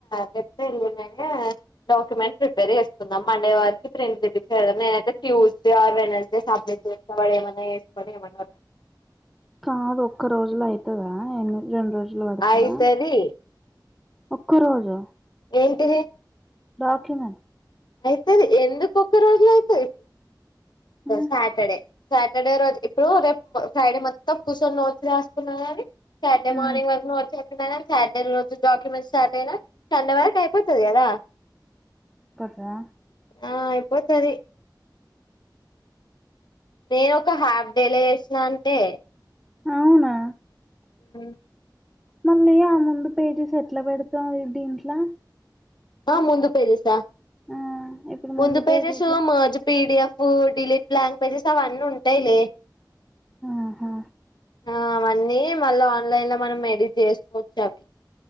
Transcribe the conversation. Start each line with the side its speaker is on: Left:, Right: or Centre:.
Left: లేకపోతే ఎల్లుండినా డాక్యుమెంట్ ప్రిపేర్ చేకుందాం మండే వరకి ప్రింట్ తెపిస్తే అయిపోయే నేను అయితే ట్యూస్డే ఆర్ వెడ్నెస్డే సబ్మిట్ చేస్తా వాడు ఏమైనా చేసుకొని ఏమైనా కానీ
Centre: కాదు ఒక్క రోజుల అవుతుదా ఎందుకు రెండు రోజులు పడతదా
Left: అయితది
Centre: ఒక్క రోజు
Left: ఏంటిది
Centre: డాక్యుమెంట్
Left: ఐతది ఎందుకు ఒక్క రోజుల ఐతది
Centre: ఉమ్
Left: సాటర్డే సాటర్డే రోజు ఇప్పుడు రేపు ఫ్రైడే మొత్తం కూర్చొని నోట్స్ రాసుకున్న కానీ సాటర్డే
Centre: ఉమ్
Left: మార్నింగ్ వరకు నువ్వు వచ్చి చెప్పినా కానీ సాటర్డే రోజు డాక్యుమెంట్స్ స్టార్ట్ అయినా సండే వరకి ఐపోతాది కదా
Centre: క్క
Left: ఆ అయిపోతది నేను ఒక హాఫ్ డేలో చేసిన అంతే
Centre: అవునా
Left: ఉ
Centre: మళ్ళీ ఆ ముందు పేజీస్ ఎట్లా పెడతాం దీంట్లో
Left: ఆ ముందు పేజసా
Centre: ఆ ఇప్పుడు
Left: ముందు pages
Centre: pages
Left: PDF delete blank pages అవన్నీ ఉంటాయిలే
Centre: ఆహా
Left: ఆ అవన్నీ మళ్ళా ఆన్లైన్ లో మనం ఎడిట్ చేసుకోవచ్చు అవి